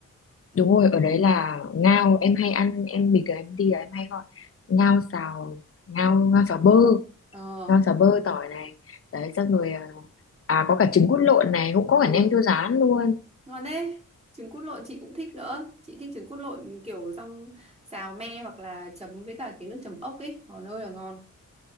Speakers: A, on the left (about 45°); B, on the right (about 20°).
A: Đúng rồi, ở đấy là ngao em hay ăn, em bình thường em đi là em hay gọi ngao xào, ngao ngao xào bơ,
B: ờ
A: ngao xào bơ tỏi này. Đấy xong rồi à à, có cả trứng cút lộn này, cũng có cả
B: ui
A: nem chua rán luôn.
B: ngon đấy trứng cút lộn chị cũng thích nữa chị thích trứng cút lộn kiểu xong xào me hoặc là chấm với cả cái nước chấm ốc ấy ngon ơi là ngon